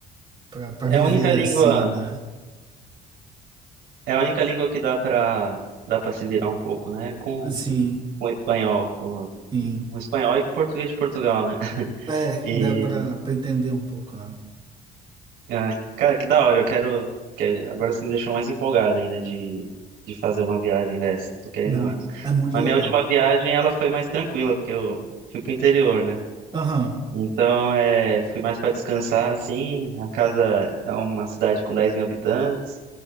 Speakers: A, on the right; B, on the right.
A: pra, pra
B: É
A: viver
B: a única língua.
A: assim, né?
B: É a única língua que dá pra dá para se virar um pouco, né? Com
A: Assim,
B: com o espanhol, com,
A: sim.
B: com o espanhol e com o português de Portugal, né? <laughs>
A: É,
B: E
A: dá pra, pra entender um pouco, né?
B: ah, cara, que da hora, eu quero, que- agora você me deixou mais empolgado ainda de de fazer uma viagem dessa. Tô querendo
A: Não,
B: muito.
A: é muito
B: Mas
A: legal.
B: minha última viagem ela foi mais tranquila, porque eu fui pro interior, né?
A: Aham,
B: Então, é, fui mais para descansar, assim. A casa é uma cidade com 10 mil habitantes.